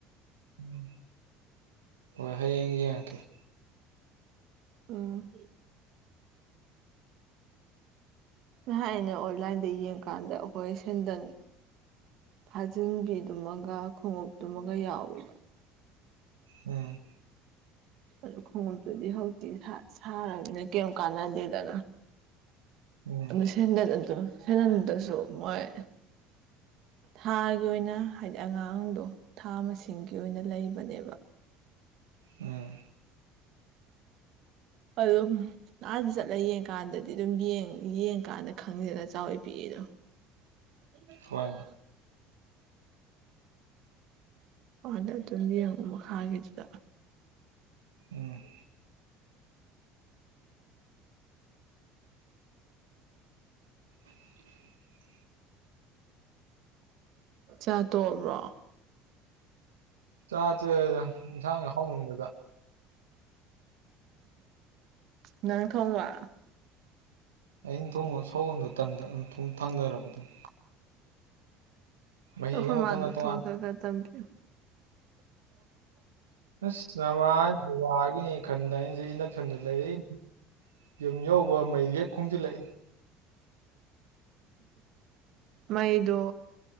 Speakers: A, on the right; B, on the right.
A: ꯎꯝ ꯍꯣꯏ ꯍꯌꯦꯡ ꯌꯦꯡꯉꯛꯀ‌‌ꯦ
B: ꯎꯝ ꯅꯍꯥꯟ ꯑꯩꯅ ꯑꯣꯟꯂꯥꯏꯟꯗ ꯌꯦꯡꯀꯥꯟꯗ ꯑꯩꯈꯣꯏ ꯁꯦꯟꯗꯟ ꯐꯥꯖꯤꯟꯕꯤꯗꯨꯃꯒ ꯈꯣꯡꯎꯞꯇꯨꯃꯒ ꯌꯥꯎꯋꯦꯕ
A: ꯎꯝ
B: ꯑꯗꯨ ꯈꯣꯡꯎꯞꯇꯨꯗꯤ ꯍꯧꯖꯤꯛꯇꯤ ꯁꯥꯔꯕꯅꯦ ꯀꯔꯤ ꯀꯥꯟꯅꯗꯦꯗꯅ
A: ꯎꯝ
B: ꯑꯗꯨ ꯁꯦꯟꯗꯜ ꯑꯗꯨ ꯁꯦꯟꯗꯜꯗꯨꯗꯁꯨ ꯃꯣꯏ ꯊꯥꯒꯤ ꯑꯣꯏꯅ ꯍꯥꯏꯗꯤ ꯑꯉꯥꯡꯗꯣ ꯊꯥ ꯃꯁꯤꯡꯒꯤ ꯑꯣꯏꯅ ꯂꯩꯕꯅꯦꯕ
A: ꯎꯝ
B: ꯑꯗꯨꯝ ꯑꯥꯗ ꯆꯠꯂ ꯌꯦꯡꯀꯥꯟꯗꯗꯤ ꯑꯗꯨꯝ ꯌꯦꯡ ꯌꯦꯡꯀꯥꯟꯗ ꯈꯪꯅꯤꯗꯅ ꯆꯥꯎꯋꯤ ꯄꯤꯛꯏꯗꯣ ꯑꯕꯦ ꯃꯆꯥꯎ
A: ꯍꯣꯏ
B: ꯑꯣ ꯑꯗꯨꯝ ꯌꯦꯡꯉꯣ ꯃꯈꯥꯒꯤꯗꯨꯗ
A: ꯎꯝ <inaudible>
B: ꯆꯥꯛ ꯇꯣꯛꯑꯕ꯭ꯔꯣ
A: ꯆꯥ ꯇꯣꯛ ꯑꯦ ꯗ ꯏꯟꯁꯥꯡ ꯍꯥꯎꯃꯟꯕꯗ
B: ꯅꯪ ꯊꯣꯡꯕ
A: ꯑꯩꯅ ꯊꯣꯡꯕꯗꯣ ꯁꯧꯒꯣꯟꯗꯣ ꯇꯟꯗ ꯑꯗꯨꯝ ꯊꯨꯅ ꯊꯥꯡꯗꯔꯕ ꯗꯨꯝ ꯃꯍꯤꯒ
B: ꯑꯩꯈꯣꯏ
A: ꯃꯄꯪꯒ
B: ꯃꯥꯗꯨ
A: ꯇꯣꯉꯥꯟ
B: ꯊꯣꯡ ꯈꯔ ꯈꯔ ꯇꯝꯕꯤꯌꯨ <inaudible>
A: ꯑꯁ ꯅꯃꯥ ꯗꯨ ꯋꯥꯒꯤꯅꯦ ꯈꯟꯗ ꯑꯩꯅ ꯁꯤꯗ ꯏꯟꯗꯛꯁꯟꯗꯨ ꯂꯩꯔꯛꯏꯅꯤ ꯌꯨꯝ ꯌꯧꯕꯒ ꯃꯩꯖꯦ ꯍꯦꯛ ꯈꯨꯡꯖꯤꯜꯂꯛꯏ
B: ꯃꯩꯗꯣ